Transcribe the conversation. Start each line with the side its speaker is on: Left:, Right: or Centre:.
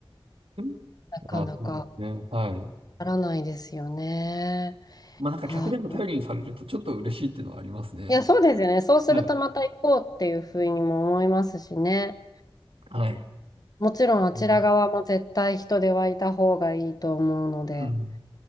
Right: うん
Left: なかなか
Right: あ、そうですね。はい。
Left: ならないですよね。
Right: まあなんか客でも頼りにされるとちょっと嬉しいっていうのはありますね。
Left: はあ、いや、そうですよね。そうするとまた行こうっていうふうにも思いますしね。
Right: はい。はい。
Left: もちろんあちら側も絶対人手はいた方がいいと思うので、
Right: うん。